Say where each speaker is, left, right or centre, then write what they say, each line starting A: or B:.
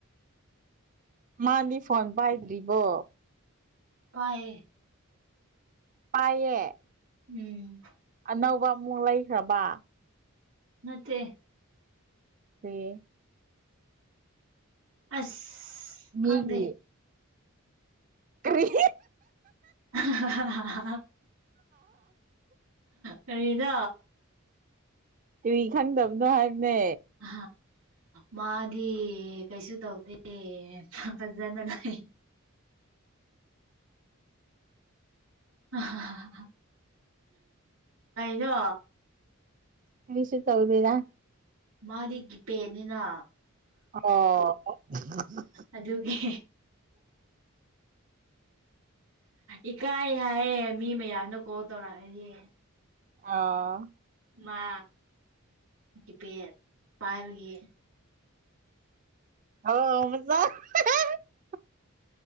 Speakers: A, on the right; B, on the right.
A: ꯃꯥꯗꯤ ꯐꯣꯟ ꯄꯥꯏꯗ꯭ꯔꯤꯕꯣ
B: ꯄꯥꯏꯌꯦ
A: ꯄꯥꯏꯌꯦ
B: ꯎꯝ
A: ꯑꯅꯧꯕ ꯃꯨꯛ ꯂꯩꯈ꯭ꯔꯕ
B: ꯅꯠꯇꯦ
A: <unintelligible>
B: ꯑꯁ
A: ꯃꯤꯒꯤ
B: ꯈꯪꯗꯦ
A: ꯀꯔꯤ <unintelligible>
B: <unintelligible> ꯀꯔꯤꯅꯣ
A: ꯀꯔꯤ ꯈꯪꯗꯕꯅꯣ ꯍꯥꯏꯕꯅꯦ
B: ꯑ ꯃꯥꯗꯤ ꯀꯩꯁꯨ ꯇꯧꯗꯦ ꯐꯖꯅ ꯂꯩ <unintelligible> ꯀꯩꯅꯣ
A: ꯀꯩꯁꯨꯇꯧꯗꯦꯗ
B: ꯃꯥꯗꯤ ꯒꯤꯄꯦꯗꯅꯤꯅ
A: ꯑꯣ
B: ꯑꯗꯨꯒꯤ ꯏꯀꯥꯏ ꯍꯥꯏꯌꯦ ꯃꯤ ꯃꯌꯥꯝꯅ ꯀꯣꯜ ꯇꯧꯔꯛꯑꯗꯤ
A: ꯑꯣ
B: ꯃꯥ ꯀꯤꯄꯦꯠ ꯄꯥꯏꯕꯒꯤ
A: ꯑꯣ ꯃꯆꯥ <unintelligible>